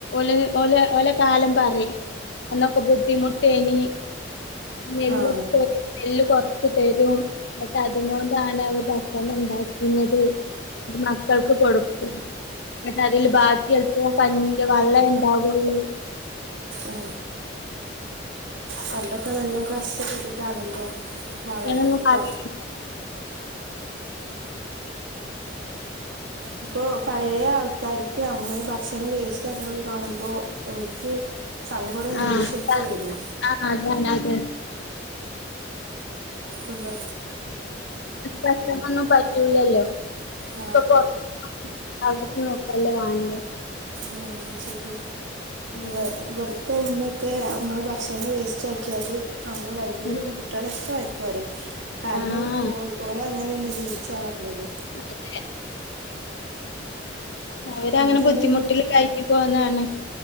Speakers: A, on the left; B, on the right.
A: ല ഓല ഓല കാലം പറിം അന്നൊക്ക ബുദ്ധി മുട്ടേനി നെല്ലെക്കെ
B: ആഹ്
A: നെല്ല് കൊറച്ച് തരും ന്നിട്ട് അതൊണ്ടാണ് അവര് ഭക്ഷണം ഉണ്ടാക്കുന്നത് മാക്ക് മക്കൾക്ക് കൊടുക്കും ന്നിട്ടതില് ബാക്കി അല്പ്പ കഞ്ഞിന്റെ വെള്ളെ ണ്ടാകൊള്ളൂ
B: ആ പണ്ടൊക്ക നല്ലോം കഷ്ടപ്പെട്ട് ട്ടാണല്ലോ വളർന്നത്
A: തൊന്നും പറയില്ല.
B: ഇപ്പോ പഴയ ആൾക്കാർക്ക് നമ്മൾ ഭക്ഷണം വേസ്റ്റ് ആക്ക്ണത് കാണുമ്പോൾ ഓൽക്ക് സങ്കടേം
A: ആഹ്
B: ദേഷ്യക്കെ വരും
A: ആഹ് അതാണ്െ അതെ
B: ഉവ്വ്
A: മക്കകൊന്നും പറ്റൂലല്ലോ
B: ആ,
A: ഇപ്പൊ പൊറ അവിട്ക്ക് നോക്കല്ലേ വാണ്ടേ
B: ആഹ അഅ് ശരിയ
A: ഉം
B: ഇ ഇമ്മക്കെ ഭക്ഷണം വേസ്റ്റ് ആക്കിയാൽ നമ്മള് വലിയൊരിം
A: ഉം
B: കുട്ടികളൊക്കെ വഴക്കുപറയും കാരണം
A: ആഹ്
B: ഓല് ഓലങ്ങനെയല്ലേ ജീവിിച്ചു വളർന്നത്
A: അതെ അവര്
B: നമുക്ക്
A: അങ്ങനെ
B: അതിൻ്റെ
A: ബുദ്ധിമുട്ടില് കയിഞ് പോന്നതാണ്